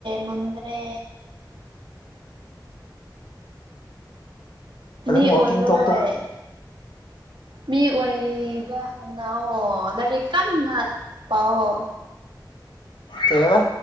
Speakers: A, on the right (about 85°); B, on the left (about 90°).
A: ꯅꯪꯗ꯭ꯔꯦ꯫
B: ꯑꯗꯨꯝ
A: ꯃꯤ ꯑꯣꯏꯔꯣꯏ꯫
B: ꯋꯥꯛꯀꯤꯡ ꯊꯣꯛ ꯊꯣꯛ
A: ꯃꯤ ꯑꯣꯏꯕ ꯍꯧꯅꯑꯣ ꯂꯥꯏꯔꯤꯛ ꯀꯟꯅ__ ꯄꯑꯣ꯫
B: ꯀꯩꯑꯕꯥ